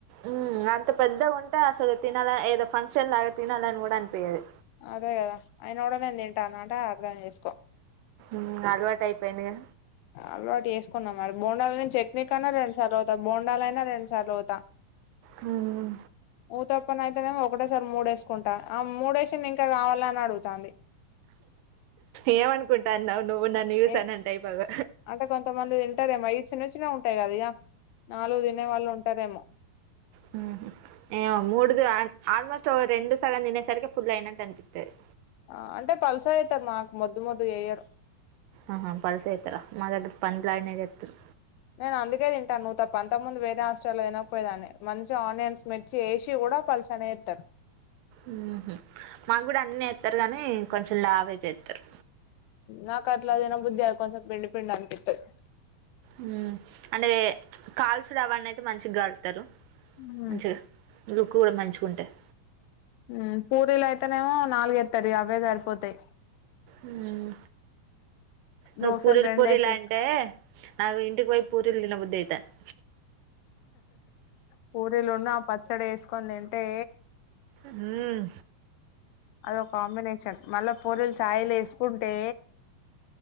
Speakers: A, on the right (about 80°); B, on the left (about 85°).
A: మ్ అంత పెద్దగ ఉంటే అసలు తినాల ఏదో ఫంక్షన్ లాగా తినాలని కూడా అనిపియది
B: అదే కదా ఆయన కూడా నేను తింటానంటే అర్థం చేసుకో
A: మ్ అలవాటు అయిపోయిందిగా
B: అలవాటు చేసుకున్నా మరి బోండాల్ తిని చట్నీ కన్నా రెండు సార్ల ఓ త బోండాలైనా రెండు సార్ల పోత
A: మ్
B: ఊతప్పనైతేనేమీ ఒకటేసారి మూడేసుకుంటా ఆ మూడ ఏసింది ఇంకా కావాల్నా అని అడుగుతాంది
A: ఏమనుకుంటాన్నావ్ నువ్వు నన్ను చూసి
B: ఏ
A: అని అంటే అయిపోవు
B: అంటే కొంతమంది తింటారేమో ఇవి చిన్న చిన్నగ ఉంటాయి కదా ఇగ నాలుగు తినే వాళ్ళు ఉంటారేమో
A: మ్ ఏవో మూడు ఆల్మోస్ట్ ఓ రెండు సగం తినేసరికి ఫుల్ అయినట్టు అనిపిత్తది
B: ఆ అంటే పల్సగ చెత్తరు మాకు మొద్దు మోద్దు చెయ్యరు
A: ఆహ పల్సగ చెత్తర మా దగ్గర పంది లాగనే చెత్తరు
B: నేనందుకే తింటాన్ నువ్వు తప్ప అంతక్ముందు వేరే హస్టల్ల తినకపోయేదాన్ని మంచిగ ఆనియన్స్, మిర్చి ఏసి కూడ పల్స్ ట్లనే యేత్తర్
A: ఉమ్ హ్ మాగ్గుడ అట్నే చేత్తరు గనీ కొంచెం లావే చేత్తరు
B: నాకు అట్ల తిన బుద్ధి గాదు కొంచెం పిండి పిండానిపిత్తయ్
A: ఉమ్ అంటే కాల్సుడవన్నయితే మంచిగ్గాలుస్తరు
B: హ్మ్
A: మంచిగ లుక్ గూడ మంచిగుంటది
B: ఉమ్ పూరీలయితేనేమో నాలుగేత్తది అవ్వే జరిపోతయ్
A: ఉమ్ నువ్
B: దోశలు
A: పూరిల్
B: రెండేసేత్తా
A: పూరిలంటే అదే ఇంటికి పోయి పూరీలు దినబుద్దయితాంది
B: పూరీలున్ను ఆ పచ్చడేసుకొని తింటే
A: ఉమ్
B: అదో కాంబినేషన్ మళ్ళ పూరిలు చాయిలేసుకుంటే